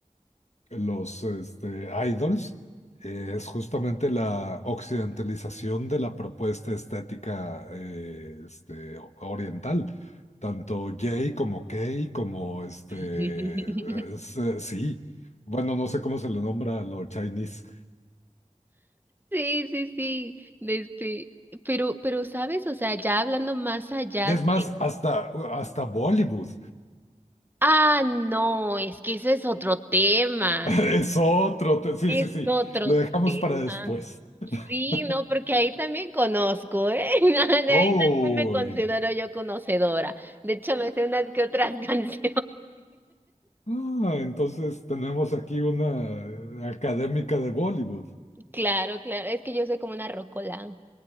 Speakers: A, on the left; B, on the right.
A: los este, idols eh, es justamente la occidentalización de la propuesta estética eh, este, o- oriental. Tanto J como K como este,
B: <laughs>
A: es, eh, sí. Bueno, no sé cómo se le nombra a lo Chinese.
B: Sí, sí, sí, de este, pero, pero, ¿sabes? O sea, ya hablando más allá
A: Y es
B: de,
A: más, hasta, uh, hasta Bollywood.
B: ah, no, es que ese es otro tema,
A: <laughs> Es otro. te- Sí,
B: es
A: sí, sí.
B: otro
A: Lo dejamos
B: tema.
A: para después. <laughs>
B: Sí, no, porque ahí también conozco, ¿eh? <laughs> De
A: Oh.
B: ahí también me considero yo conocedora. De hecho, me sé unas que otras <laughs> canciones.
A: Ah, entonces tenemos aquí una académica de Bollywood.
B: Claro, claro, es que yo soy como una rocola.